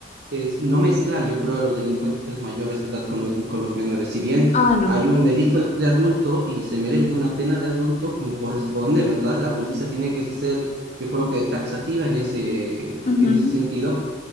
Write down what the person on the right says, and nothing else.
es no mezclar, yo creo, a los delincuentes mayores de edad con los, con los menores. Si bien
hay un delito de adulto y se merecen una pena de adulto como corresponde, ¿verdad? La justicia tiene que ser, yo creo que taxativa en ese, en
ese sentido.